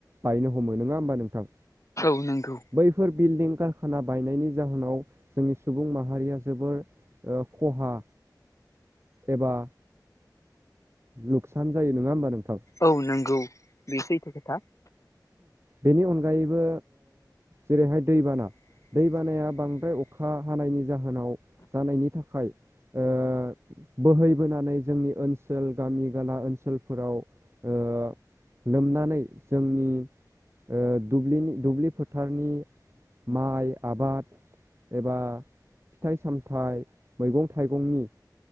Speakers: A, on the right; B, on the left.
A: बायनो हमो नोङा ओमबा नोंथां?
B: औ नोंगौ।
A: बैफोर बिल्डिं कारखाना बायनायनि जाहोनाव जोंनि सुबुं माहारिया जोबोर ओ खहा एबा लुकसान जायो नङा ओमबा नोंथां?
B: औ नंगौ बेसो एथ' खोथा
A: बेनि अनगायैबो जेरैहाय दैबाना दै बानाया बांद्राय अखा हानायनि जाहोनाव जानायनि थाखाय ओ बोहैबोनानै जोंनि ओनसोल गामि गाला ओनसोलफोराव ओ लोमनानै जोंनि ओ दुब्लिनि दुब्लि फोथारनि माइ आबाद एबा फिथाइ सामथाइ मैगं थाइगंनि